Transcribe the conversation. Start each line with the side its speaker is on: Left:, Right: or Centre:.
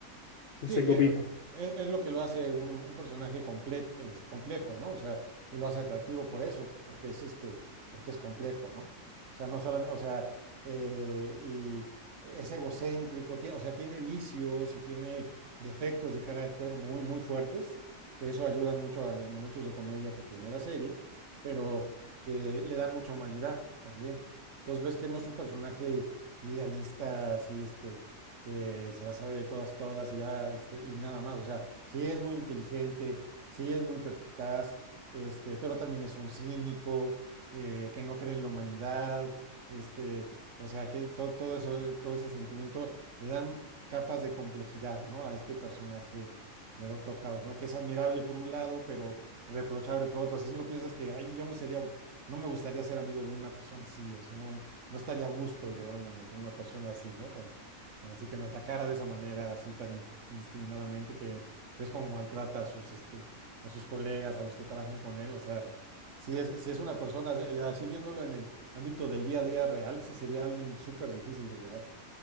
Left: No
Right: Sí,
Left: sé
Right: y,
Left: qué opinas.
Right: eh, es, es lo que lo hace un, un personaje completo, es complejo, ¿no? O sea, y lo hace atractivo por eso, porque es este, porque es complejo, ¿no? O sea, no solamente, o sea, eh, y es egocéntrico, tie- o sea, tiene vicios y tiene defectos de carácter muy, muy fuertes, que eso ayudan mucho a los momentos de comedia que tiene la serie, pero que le dan mucha humanidad también. Entonces ves que no es un personaje idealista, así, este que se la sabe de todas, todas y ya, este, y nada más. O sea, sí es muy inteligente, sí es muy perspicaz, este, pero también es un cínico, eh, que no cree en la humanidad, este, o sea, que todo, todo eso, eh, todo ese sentimiento le dan capas de complejidad, ¿no? A este personaje de Doctor House, ¿no? Que es admirable por un lado, pero reprochable por otro. Así si lo piensas que, ay, yo no sería, no me gustaría ser amigo de una persona así, o sea, no, no estaría a gusto llevándome con una persona así, ¿no? Tan, tan así que me atacara de esa manera, así tan in- indiscriminadamente, que ves cómo maltrata a sus, este, a sus colegas, a los que trabajan con él. O sea, si es, si es una persona, de- así viéndolo en el ámbito del día a día real, sí sería alguien súper difícil de llevar.